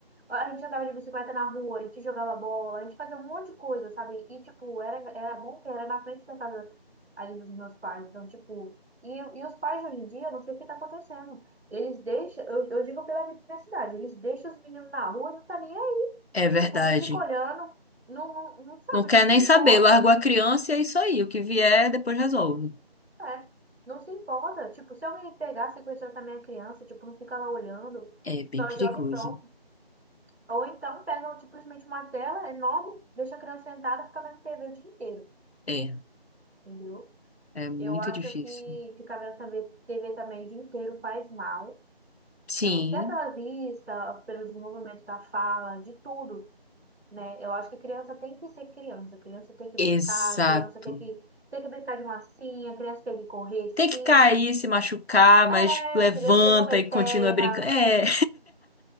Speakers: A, on the right; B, on the left.
A: A gente andava de bicicleta na rua, a gente jogava bola, a gente fazia um monte de coisa, sabe? E, tipo, era, era bom que era na frente da casa ali dos meus pais. Então, tipo, e, e os pais de hoje em dia, eu não sei o que tá acontecendo. Eles deixam, eu, eu digo pela aqui da cidade, eles deixam os meninos na rua, não tá nem aí.
B: É verdade.
A: Tipo, não fica olhando, não, não, não sabe,
B: Não quer
A: não se
B: nem
A: importa.
B: saber, largou a criança e é isso aí. O que vier, depois resolve.
A: É, não se importa. Tipo, se alguém pegar, sequestrar também a criança, tipo, não fica lá olhando,
B: É bem
A: só
B: perigoso.
A: joga e pronto. Ou então pegam tipo, simplesmente uma tela enorme, deixa a criança sentada e fica vendo TV o dia inteiro,
B: É,
A: entendeu?
B: é muito
A: Eu acho
B: difícil.
A: que ficar vendo também TV também o dia inteiro faz mal,
B: Sim,
A: pelo, até pela vista, pelo desenvolvimento da fala, de tudo, né? Eu acho que criança tem que ser criança, criança tem que
B: exato.
A: brincar, criança tem que, tem que brincar de massinha, criança tem que correr sim,
B: Tem que cair, se machucar,
A: é,
B: mas levanta
A: entendeu? Tem que comer
B: e
A: terra,
B: continua brincando. É,